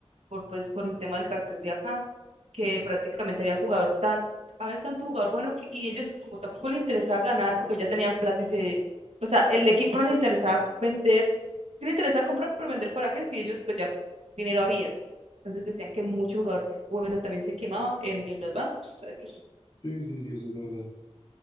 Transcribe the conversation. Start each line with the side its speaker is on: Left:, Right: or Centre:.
Right: por pues por el tema del cartel de acá, que prácticamente había jugador tan, había tanto jugador bueno que, y ellos como tampoco les interesaba ganar porque ya tenían plata y se, o sea, el equipo no le interesaba vender, sí le interesaba comprar, pero vender para qué, si ellos pues ya dinero había. Entonces decían que mucho jugador bueno también se quemaba en, en los bancos. O sea, ellos
Left: Sí, sí, sí, eso es verdad.